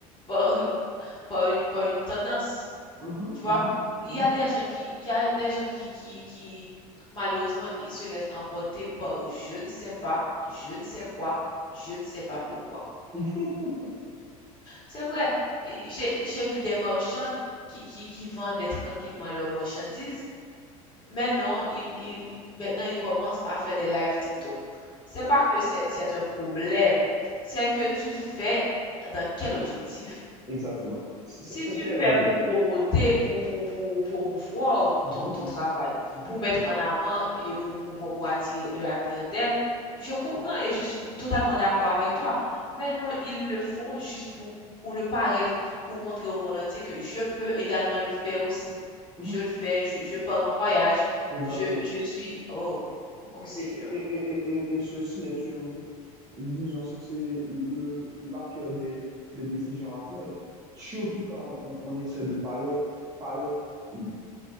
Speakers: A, on the left (about 25°); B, on the right (about 20°).
A: par, <laughs> par une, par une tendance,
B: Mhm,
A: tu
B: mhm,
A: vois. Il
B: mhm,
A: y a des gens qui, il y a des gens qui, qui, qui, malheureusement, ils se laissent emporter par je ne sais pas, je ne sais quoi, je ne sais pas pourquoi.
B: mhm. <laughs>
A: C'est vrai, j'ai, j'ai vu des marchandes qui, qui, qui vendaient tranquillement leurs marchandises Maintenant, il, il, maintenant, il commence à faire des lives TikTok. C'est pas que c'est c'est un problème, c'est que tu le fais dans quel objectif?
B: Exactement. C'est c'est-
A: Si tu
B: quel
A: le fais
B: objectif?
A: pour promoter, pour, pour, pour promouvoir
B: Mhm,
A: ton, ton travail,
B: mhm,
A: pour mettre en avant et pour pouvoir pour attirer de la clientèle, je comprends et je suis totalement d'accord avec toi. Mais non, ils le font juste pour, pour le paraître, pour montrer au monde entier que je peux également le faire aussi.
B: mhm,
A: Je
B: mhm.
A: le fais, je, je pars en voyage,
B: Exactement.
A: je, je suis... Oh,
B: Et,
A: oh
B: et,
A: Seigneur.
B: et, et, et et ceci est une, disons, ça, c'est le, la pire des, des décisions à prendre. Surtout quand on, on essaie de paraître, paraître euh,